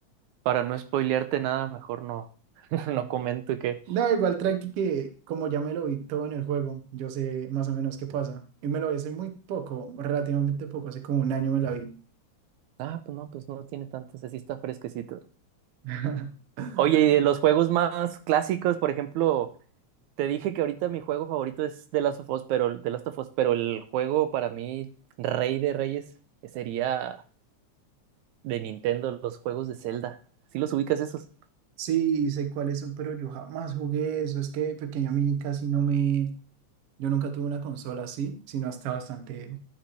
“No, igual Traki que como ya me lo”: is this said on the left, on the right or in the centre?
Right